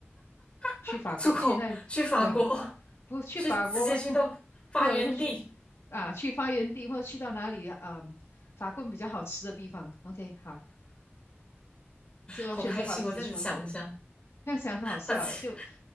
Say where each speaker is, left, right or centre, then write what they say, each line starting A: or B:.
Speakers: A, on the left; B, on the left.
A: <laughs>，
B: 去法国，
A: 出口去法国，
B: 去那，对啊，不去法国或
A: 去直接去到发源地，
B: 或者是去啊去发源地，或者去到哪里啊，嗯法棍比较好吃的地方。OK，好，这我选择把自己出口。
A: 好开心我这样子想一下，
B: 这样想很好笑诶，
A: 把自己
B: 就